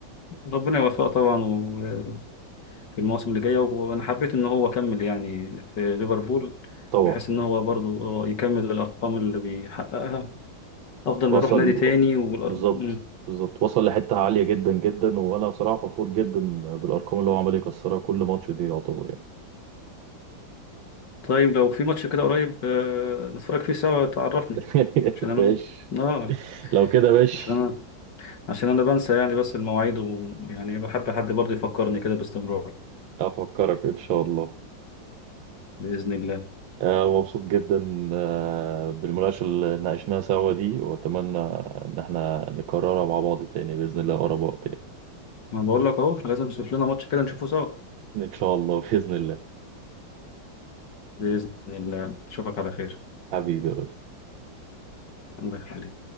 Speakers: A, on the left; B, on the right.
A: ربنا يوفقه طبعا و- في المواسم اللي جاية و- وانا حبيت ان هو كمل يعني في ليفربول
B: طبعا
A: بحيث ان هو برضو يكمل الارقام اللي بيحققها افضل ما
B: وصل
A: يروح نادي تاني والأرهب
B: بالظبط
A: مم.
B: بالظبط وصل لحتة عالية جدا جدا وانا بصراحة فخور جدا بالارقام اللي هو عمال يكسرها كل ماتش دي يعتبر يعني
A: طيب لو في ماتش كده قريب آه، نتفرج فيه سوا تعرفني
B: <laughs>
A: عشان انا
B: ماشي
A: اه
B: لو كده ماشي
A: عشان انا عشان انا بنسى يعني بس المواعيد ويعني بحب حد برضه يفكرني كده باستمرار
B: افكرك ان شاء الله
A: بإذن الله
B: آه مبسوط جدا آه بالمناقشة اللي ناقشناها سوا دي واتمنى ان احنا نكررها مع بعض تاني بإذن الله اقرب وقت يعني.
A: ما بقول لك اهو لازم نشوف لنا ماتش كده نشوفه سوا
B: ان شاء الله بإذن الله
A: بإذن الله اشوفك على خير
B: حبيبي يا رب
A: الله يخليك